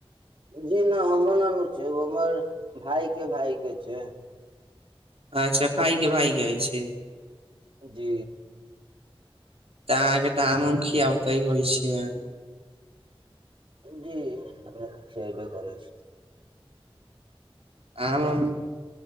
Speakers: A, on the right; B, on the right.
A: जी नहि हमर ननु छै हमर भाय के भाय के छै।
B: अच्छा भाई के भाय केइ छै।
A: जी।
B: तऽ अाँगे तऽ हमम खी ओत होइ छी आहा।
A: जी हमरा खिलाइबें कर।
B: आम